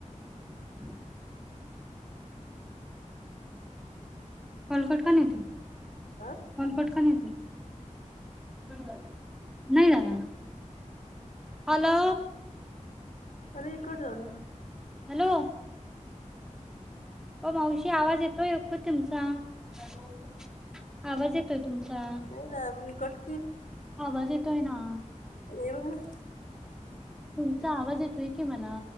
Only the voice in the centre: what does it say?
<unintelligible> हलकट कोण हाय ती
हलकट कोण ती कट झाला नाही झाला ना हॅलो
हॅलो हो मावशी आवाज येतोय ओ तुमचा हॅलो आवाज येतोय तुमचा
आवाज येतोय ना
तुमचा आवाज येतोय की मला